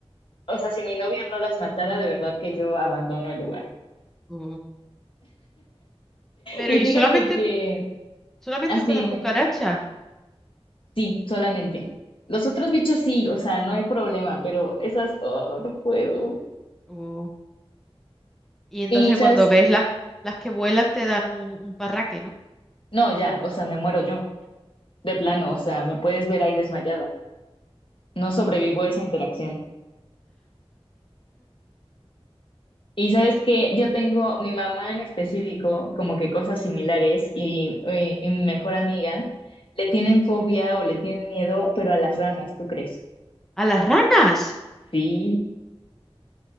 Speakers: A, on the left; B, in the centre.
A: O sea, si mi novio no las matara, de verdad que yo abandono el lugar.
B: oh. Pero
A: Y
B: ¿y
A: fíjate
B: solamente,
A: que
B: solamente
A: así,
B: con las cucarachas?
A: me- sí, solamente. Los otros
B: Mm,
A: bichos sí, o sea, no hay problema, pero esas, oh, no puedo.
B: oh. Y entonces
A: Y sabes,
B: cuando ves las, las que vuelan te dan un, un parraque, ¿no?
A: no, ya, o sea, me muero yo, de plano, o sea, me puedes ver ahí desmayada. No sobrevivo a esa interacción. Y sabes que yo tengo mi mamá en específico, como que cosas similares, y, eh, y mi mejor amiga le tienen fobia o le tienen miedo, pero a las ranas, ¿tú crees?
B: ¡A las ranas!
A: Sí,